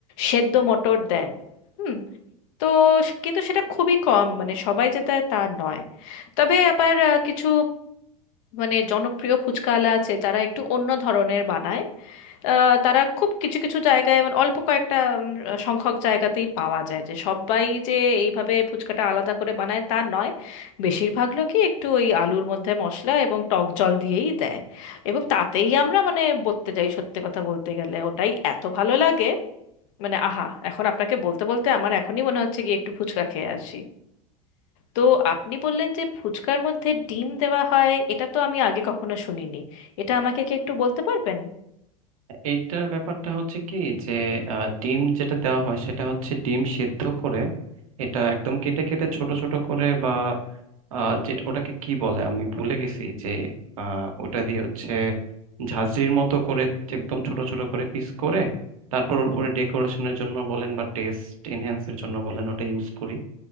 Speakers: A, on the left; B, on the right.
A: সেদ্ধ মটর দেন হুম তো স- কিন্তু সেটা খুবই কম মানে সবাই যে দেয় তা নয় তবে আবার আহ, কিছু মানে জনপ্রিয় ফুচকাওয়ালা আছে যারা একটু অন্য ধরনের বানায় আহ, তারা খুব কিছু কিছু জায়গায় মানে অল্প কয়েকটা উম, সংখ্যক জায়গাতেই পাওয়া যায় যে সবাই যে এইভাবে ফুচকাটা আলাদা করে বানায় তা নয় বেশিরভাগ লোকই একটু ওই আলুর মধ্যে মশলা এবং টক জল দিয়েই দেয় এবং তাতেই আমরা মানে বলতে যাই সত্যি কথা বলতে গেলে ওটাই এত ভালো লাগে মানে আহা এখন আপনাকে বলতে বলতে আমার এখনই মনে হচ্ছে গিয়ে একটু ফুচকা খেয়ে আসি তো আপনি বললেন যে ফুচকার মধ্যে ডিম দেওয়া হয় এটা তো আমি আগে কখনো শুনিনি এটা আমাকে কি একটু বলতে পারবেন
B: এইটার ব্যাপারটা হচ্ছে কি যে আহ, ডিম যেটা দেওয়া হয় সেটা হচ্ছে ডিম সেদ্ধ করে এটা একদম কেটে কেটে ছোট ছোট করে বা আহ, যেটা ওটাকে কি বলে আমি ভুলে গেছি যে আহ, ওটা দিয়ে হচ্ছে ঝাঁঝরির মতো করে একদম ছোট ছোট করে পিস করে তারপর ওর উপরে ডেকোরেশনের জন্য বলেন বা টেস্ট এনহ্যান্সের জন্য বলেন ওটা ইউজ করি